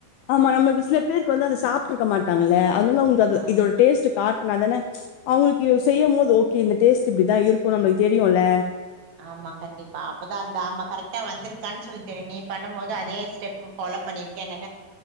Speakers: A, on the left; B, on the right.
A: ஆமா நம்மளுக்கு சில பேருக்கு வந்து அத சாப்ட்டுருக்க மாட்டாங்கல்ல அதனால உங்க
B: ம்
A: இதோட டேஸ்ட்டு காட்னா தான அவுங்களுக்கு செய்யு போது ஓகே இந்த டேஸ்ட் இப்டிதா இருக்கு நம்மளுக்கு தெரியும்ல
B: ஆமா கண்டிப்பா அப்பதா அந்த ஆமா கரெக்டா வந்திருக்கான்னு சொல்லி தெரியு நீ பண்ணம்போது அதே ஸ்டெப் ஃபா லோ பண்ணிருக்கேன்னு